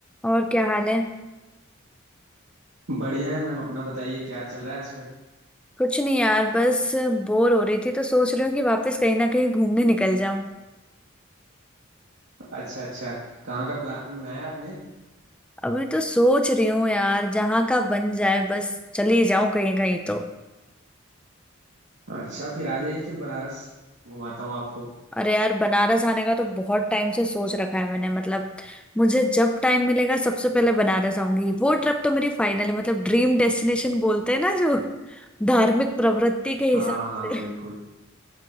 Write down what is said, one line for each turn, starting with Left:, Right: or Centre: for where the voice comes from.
Centre: और क्या हाल है
Right: बढ़िया है मैम अपना बताइए क्या चल रहा है आजकल
Centre: कुछ नहीं यार बस बोर हो रही थी तो सोच रही हूँ कि वापस कहीं ना कहीं घूमने निकल जाऊं
Right: अच्छा अच्छा कहाँ का प्लान बनाया आपने
Centre: अभी तो सोच रही हूँ यार जहाँ का बन जाए बस चली जाऊं कहीं कहीं तो
Right: अच्छा फिर आ जाइए फिर बनारस घुमाता हूँ आपको
Centre: अरे यार बनारस आने का तो बहुत टाइम से सोच रखा है मैंने मतलब मुझे जब टाइम मिलेगा सबसे पहले बनारस आऊंगी वो ट्रिप तो मेरी फाइनल है मतलब ड्रीम डेस्टिनेशन बोलते हैं ना जो धार्मिक प्रवृत्ति के हिसाब
Right: हाँ हाँ
Centre: से
Right: बिल्कुल